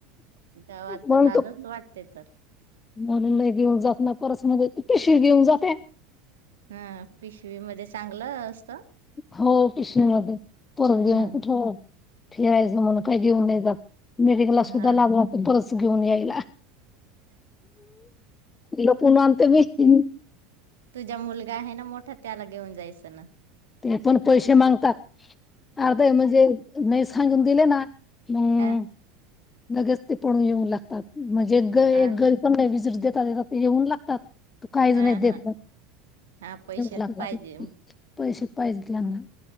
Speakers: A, on the right; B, on the left.
A: गावात
B: म्हणून
A: तर लाजचं
B: तो
A: वाटत ते तर
B: म्हणून नाही घेऊन जात ना परस मध्ये, तू कशी घेऊन जाते?
A: हा पिशवीमध्ये चांगलं असतं
B: हो किशा मध्ये परत घेऊन
A: हा
B: कुठे हो फिरायचं म्हणून काय घेऊन नाही जात. मेडिकलला सुद्धा
A: हा
B: लाज वाटते खरंच. घेऊन यायला लपून आणते मी हम्
A: तुझा मुलगा आहे ना मोठा त्याला घेऊन जायचं त्यां
B: ते पण पैसे मागतात, अर्धय म्हणजे नाही सांगून दिले ना हम्
A: हा
B: लगेच ते पडून येऊन लागतात. म्हणजे एक ग एक
A: हा
B: गरी पण नाही विसरत देेतात देतात येऊन लागतात तू काहीच
A: हा
B: नाही देत
A: हा हा, पैसेच
B: लागतात
A: पाहिजे हम्म,
B: पैसे पाहिजे त्यांना